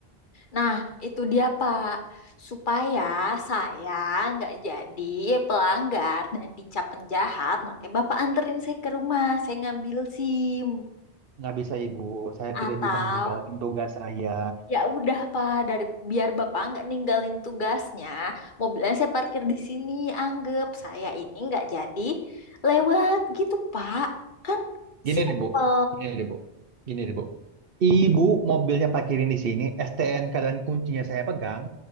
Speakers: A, on the left; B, on the right.
A: Nah, itu dia Pak. Supaya saya nggak jadi pelanggar dan dicap penjahat, makanya Bapak anterin saya ke rumah, saya ngambil SIM.
B: Nggak bisa, Ibu. Saya tidak
A: Atau
B: bisa meninggalkan tugas saya.
A: ya udah Pak, dari biar Bapak nggak ninggalin tugasnya, mobilnya saya parkir di sini, anggap saya ini nggak jadi lewat gitu Pak. Kan
B: Gini
A: simple.
B: deh, Bu. Gini deh, Bu. Gini deh, Bu. Ibu mobilnya parkirin di sini, STNK dan kuncinya saya pegang.